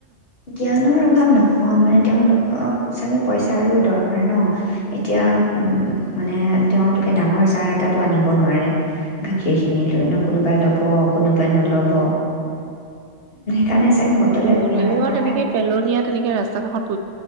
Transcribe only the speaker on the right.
উম হ'লেও
আৰু তেনেকে পেলনীয়া, তেনেকে ৰাস্তা, - <unintelligible>